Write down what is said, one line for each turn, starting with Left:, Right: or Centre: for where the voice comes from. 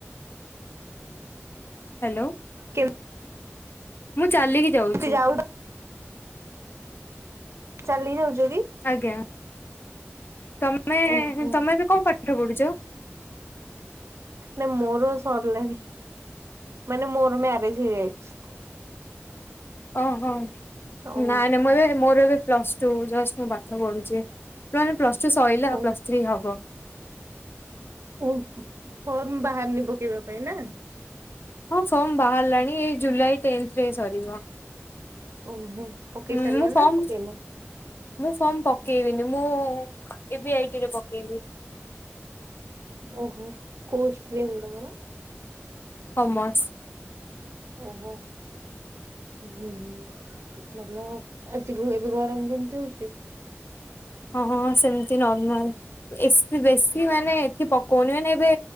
Left: ହାଲୋ।
Right: କେମ
Left: ମୁଁ ଚାଲିକି ଯାଉଛି।
Right: କେମିତି ଯାଉ ଚାଲିକି ଯାଉଚ କି?
Left: ଆଜ୍ଞା, ତୋମେ
Right: ଓହୋ
Left: ତୋମେ ଏବେ କଣ ପାଠ ପଢୁଚ?
Right: ନା ମୋର ସରଲାଣି, ମାନେ ମୋର ମ୍ୟାରେଜ୍ ହେଇଯାଇଛି।
Left: ଅ, ହଁ,
Right: ଓ
Left: ନାଇଁ, ନାଇଁ ମୁଁ ଏବେ ମୋର ଏବେ ପ୍ଲସ୍ ଟୁ ଜଷ୍ଟ ମୁଁ ପାଠ ପଢୁଛି। <unintelligible> ପ୍ଲସ୍ ଟୁ ସଇଲା,
Right: ଓ
Left: ପ୍ଲସ୍ ଥ୍ରୀ ହବ।
Right: ଓ ଫର୍ମ ବାହାରନି ପକେଇବା ପାଇଁ ନା?
Left: ହଁ ଫର୍ମ ବାହାରିଲାଣି, ଏଇ ଜୁଲାଇ ଟେନ୍ଥରେ ସରିବ।
Right: ଓହୋ! ପକେଇସାରଲଣି
Left: ହୁଁ ମୁଁ ଫର୍ମ
Right: ନା ପକେଇନ?
Left: ମୁଁ ଫର୍ମ ପକେଇବିନି, ମୁଁ ଇ ଭି ଆଇଟି ରେ ପକେଇବି।
Right: ଓହୋ, କୋଉ ଷ୍ଟ୍ରିମ୍ ତୋମର?
Left: କମର୍ସ।
Right: ଓହୋ! <inaudible> ଭଲ ଆଜି ଗୁଁ, ଏବେ ଗରମ କେମତି ହଉଛି?
Left: ଅଁ, ହଁ ସେମତି ନର୍ମାଲ୍ ଏସି ବେଶୀ ମାନେ ଏଠି ପକଉନି। ମାନେ ଏବେ